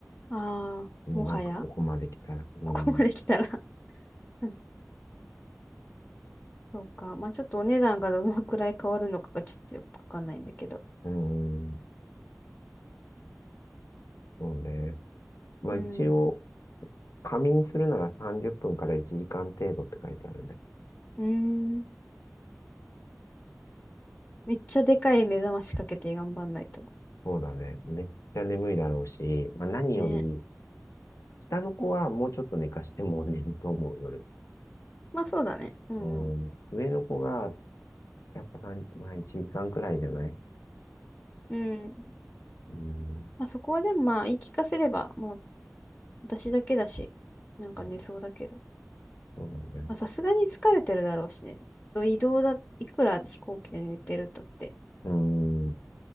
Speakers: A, on the left (about 30°); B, on the left (about 75°).
A: ああ、
B: もうなんかここまで来たら。
A: もはや、<laughs>
B: うん、
A: ここまで来たら <laughs> うんそうか。まあ、ちょっとお値段がどのくらい変わるのかがちょっとよくわかんないんだけど。
B: うん、そうね。まあ一応、
A: うん。
B: 仮眠するなら30分から1時間程度って書いてあるね。
A: うーん。めっちゃでかい目覚ましかけて頑張んないと。
B: そうだね。めっちゃ眠いだろうし、まあ、何より、
A: ね。
B: 下の子はもうちょっと寝かしても寝ると思う、夜。
A: まあ、そうだね。うんうん。
B: うん。上の子が、やっぱ3、まあ1時間くらいじゃない
A: うん。
B: うん。
A: まあ、そこはでもまあ、言い聞かせれば、もう私だけだし、なんか寝そうだけど。
B: まあそうなんだよ。
A: まあ、さすがに疲れてるだろうしね。ずっと移動だ、いくら飛行機で寝てるとって。
B: うん。